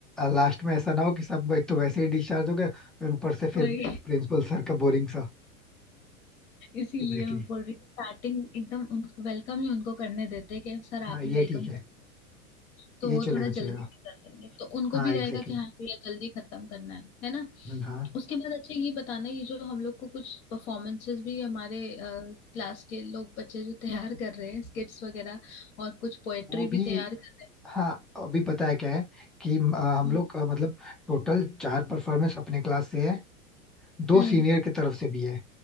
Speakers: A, in the centre; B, on the left.
A: लास्ट में ऐसा ना हो कि सब एक तो वैसे ही डिस्चार्ज हो गए फिर ऊपर से
B: वही
A: फिर
B: <laughs>
A: प्रिंसिपल सर का बोरिंग
B: इसीलिए
A: Exactly
B: मैं
A: exactly.
B: बोल रही हूँ स्टार्टिंग एकदम उन वेलकम ही उनको करने देते हैं कि सर आप
A: हाँ ये
B: ही वेलकम
A: ठीक है
B: करें तो
A: ये
B: वो
A: चलेगा
B: थोड़ा जल्दी
A: चलेगा
B: भी कर लेंगे तो उनको
A: हाँ
B: भी रहेगा
A: एग्जैक्टली
B: कि
A: exactly.
B: हाँ भैया जल्दी खत्म करना है है ना
A: हम्म, हाँ
B: उसके बाद अच्छा ये बताना ये जो हम लोग को कुछ परफॉर्मेंसेस भी हमारे क्लास के लोग बच्चे जो तैयार कर रहे हैं स्किट्स वगैरह और कुछ पोएट्री
A: वो भी
B: भी तैयार कर रहे
A: हाँ अभी पता है क्या है कि अ, हम
B: हैं हम्म
A: लोग का मतलब टोटल चार परफॉर्मेंस अपने क्लास से है दो
B: हम्म,
A: सीनियर की तरफ से भी है